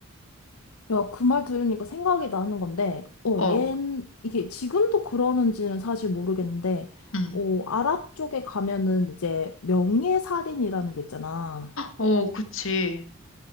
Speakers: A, on the left; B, on the left.
A: 야, 그 말 들으니까 생각이 나는 건데, 어,
B: 어,
A: 얘, 이게 지금도 그러는지는 사실 모르겠는데,
B: 음.
A: 어, 아랍 쪽에 가면은 이제 명예살인이라는 게 있잖아.
B: 어, 그치.